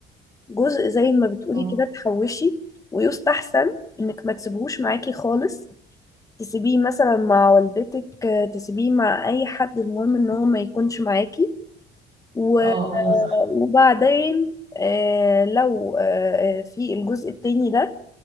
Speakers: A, on the left (about 20°); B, on the right (about 45°).
A: جزء زي ما بتقولي
B: اه
A: كده تحوشي ويستحسن انك ما تسيبهوش معاكي خالص تسيبيه مثلا مع والدتك آه، تسيبيه مع اي حد المهم ان هو ما يكونش معاكي و-
B: آه، ايوه صح
A: وبعدين آه، لو آه، آه، في الجزء التاني ده